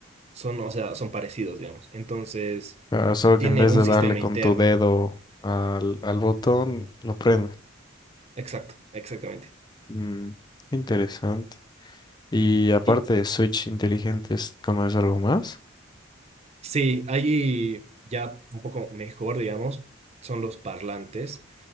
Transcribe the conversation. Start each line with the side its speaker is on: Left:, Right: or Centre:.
Right: Son, o sea, son parecidos, digamos. Entonces,
Left: Ah, solo
Right: tiene
Left: que en vez
Right: un
Left: de
Right: sistema
Left: darle con
Right: interno.
Left: tu dedo al, al botón, lo prende.
Right: Exacto, exactamente.
Left: Mm, interesante. Y aparte
Right: y
Left: de Switch inteligentes, ¿conoces algo más?
Right: Sí, ahí ya un poco mejor, digamos, son los parlantes